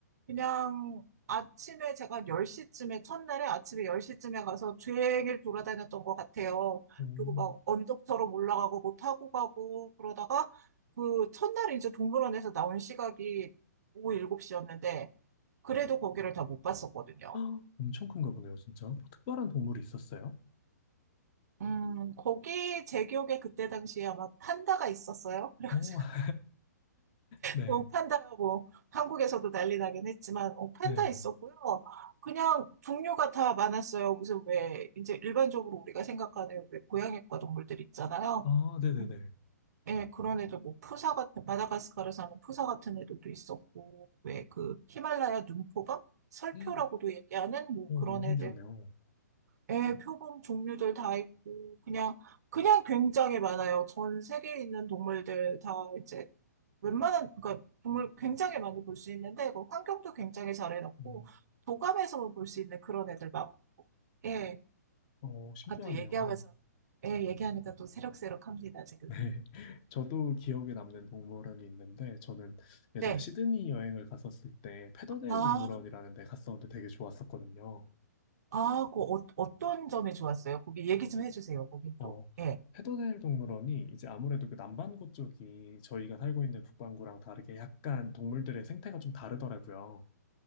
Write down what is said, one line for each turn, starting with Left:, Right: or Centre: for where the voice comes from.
Right: 그냥 아침에 제가 10시쯤에 첫날에 아침에 10시쯤에 가서 종일 돌아다녔던 것 같아요.
Left: 오,
Right: 그리고 막
Left: <gasps>
Right: 언덕처럼 올라가고 뭐 타고 가고 그러다가 그 첫날에 이제 동물원에서 나온 시각이 오후 7시였는데 그래도 거기를 다 못 봤었거든요.
Left: 헉, 엄청 큰가 보네요, 진짜. 뭐 특별한 동물이 있었어요?
Right: 음, 거기 제 기억에 그때 당시에 아마 판다가 있었어요. <laughs>
Left: 오, <laughs> 네,
Right: 어, 판다, 뭐, 한국에서도 난리 나긴 했지만, 어, 판다
Left: 네.
Right: 있었고요. 그냥 종류가 다 많았어요. 무슨 왜, 이제 일반적으로 우리가 생각하는 왜 고양이과 동물들 있잖아요.
Left: 아, 네네네.
Right: 음, 예, 그런 애들, 뭐, 푸사 같은, 마다가스카르 사는 푸사 같은 애들도 있었고, 왜 그, 히말라야 눈표범? 설표라고도
Left: 음,
Right: 얘기하는 뭐
Left: 오,
Right: 그런
Left: 너무 신기하네요.
Right: 애들. 예, 표범 종류들 다 있고, 그냥, 그냥 굉장히 많아요. 전 세계에 있는 동물들 다 이제 웬만한, 그러니까 동물 굉장히 많이 볼 수 있는데, 그 환경도 굉장히 잘 해놨고,
Left: 음,
Right: 도감에서만 볼 수 있는 그런 애들 많고, 예.
Left: 어, 신기하네요.
Right: 아, 또 얘기하면서, 예, 얘기하니까 또 새록새록합니다, 지금.
Left: 네. <laughs> 저도 기억에 남는 동물원이 있는데, 저는 예전에
Right: 네.
Left: 시드니 여행을 갔었을 때, 페더데일
Right: 아,
Left: 동물원이라는 데 갔었는데 되게 좋았었거든요.
Right: 아, 그 어, 어떤 점이 좋았어요? 거기 얘기 좀 해주세요, 거긴
Left: 어,
Right: 또. 예.
Left: 페더데일 동물원이 이제 아무래도 그 남반구 쪽이 저희가 살고 있는 북반구랑 다르게 약간 동물들의 생태가 좀 다르더라고요.